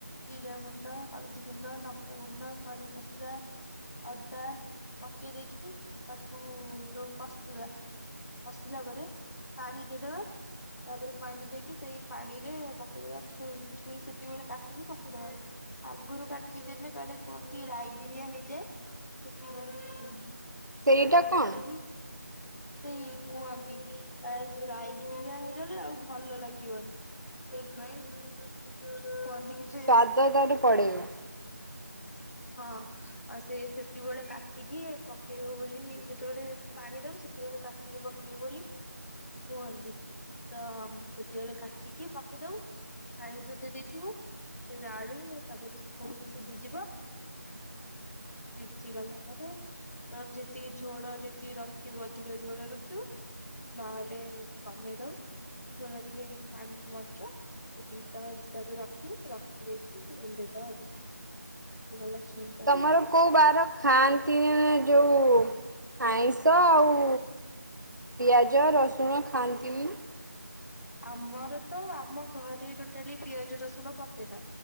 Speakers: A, on the left; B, on the right.
A: ଜିରାଗୁଣ୍ଡ, ହଳଦୀଗୁଣ୍ଡ, ଲଙ୍କା ଗୁଣ୍ଡ, କରି ଫସଲା ଅଦା ପକେଇ ଦେଇକି ତାକୁ ଯୋଉ କଷିବା କସିଲା ପରେ ପାଣି ଦେଇଦବା ତାପରେ ପାଣି ଦେଇକି ସେଇ ପାଣିରେ ପକେଇଦବା ଛୁଇଁ ଛୁଇଁ ସେତିକି ବେଳେ କାଟିକି ପକେଇଦବା। ଆଗରୁ କାଟିଦେଲେ କାଳେ କୁଅନ୍ତି ରାଇଗିଣିଆ ହେଇଯାଏ। ସେଥି ପାଇଁ
B: ସେଇଟା
A: ସେତିବେଳେ
B: କଣ?
A: କାଟିକି ଉଁ କୁହନ୍ତି ଆ ରାଇଗିଣିଆ ହେଇଗଲେ ଆଉ ଭଲ ଲାଗିବନି। ସେଇଥି ପାଇଁ କୁହନ୍ତି କିଛି
B: ସ୍ଵାଦ ତାର ପଳେଇବ।
A: ହଁ। ଆଉ ସିଏ ସେତିକି ବେଳେ କାଟିକି ପକେଇବ ବୋଲି ଯେତେବେଳେ ପାଣି ଦବୁ ସେତିକୀ ବେଳେ କା ଟିକି ପକେଇବ ବୋଲି କୁହନ୍ତି ତ ସେତିବେଳେ କାଟିକି ପକେଇ ଦଉ। ପାଣି ତ ଦେଇ ଦେଇଥିବୁ ସେ ଆଳୁ ତାପରେ ଛୁଇଁ ସିଜିଯିବ। ସିଝି ଗଲା ପରେ ତୋର ଯେତିକି ଝୋଳ ଯେତିକି ରଖିବୁ ଅଧିକ ଝୋଳ ରଖିବୁ ନହେଲେ କମେଇ ଦଉ ଝୋଳ ଟିକେ ପାଣି ଟିକେ ମରିଯିବ ସେତିକି ତ ହିସାବରେ ରଖିବୁ ରଖି ଦେଇକି ଓହ୍ଲେଇ ଦବୁ। ହେଇଗଲା ଛୁଇଁ
B: ତମର କୋଉ ବାର ଖାଆନ୍ତିନି ଯୋଉ ଆଇଁଷ ଆଉ ପିଆଜ ରସୁଣ ଖାଆନ୍ତିନି ନା।
A: ଆମର ତ ଆମ ଘରେ ଟୋଟାଲି ପିଆଜ ରସୁଣ ପଶେନା।